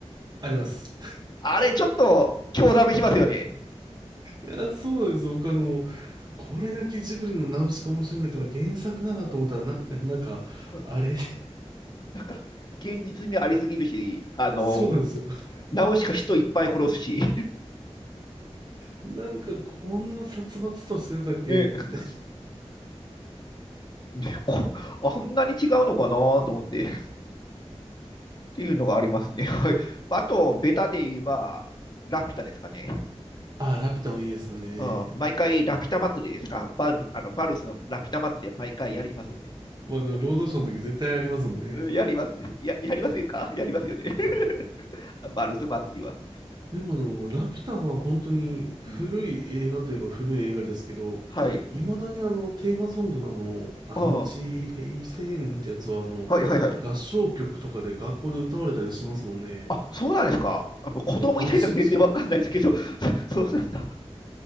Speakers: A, on the right; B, on the left.
A: あります。
B: あれ、ちょっと、興ざめしますよね。
A: いや、そうなんですよ。僕あの、これだけジブリのナウシカ面白いんだから原作ならと思ったら、な、<laughs> なんか、
B: <laughs> うん
A: あれ
B: なんか、現実味ありすぎるし、
A: <laughs>
B: あの、
A: そうなんですよ。
B: ナウシカ人いっぱい殺すし。
A: なんかこんな殺伐としてたっけって言って。
B: ね
A: <laughs>
B: ね、こ、あんなに違うのかなと思って、っていうのがありますね。<laughs> はい。まあ、あと、ベタで言えば、ラピュタですかね。
A: あ、ラピュタもいいですよね。
B: あ、うん、毎回ラピュタ祭りですか。バル、あの、バルスのラピュタ祭り毎回やりますね。
A: まあ、あの、ロードショーの時絶対ありますもんね。
B: うんやりますね。や、やりませんかやりますよね。<laughs> バルス祭りは。
A: でもあの、ラピュタは本当に古い映画といえば古い映画ですけど、
B: うん。はい。
A: 未だにあの、テーマソングのあの、あの地平線ってやつはあの、
B: ああ、はいはいはい。
A: 合唱曲とかで学校で歌われたりしますもんね。
B: あ、そうなんですか。あ、もう子供いないから全然わかんないですけど、
A: あ、してますよ。
B: <laughs> そ、そうなんだ。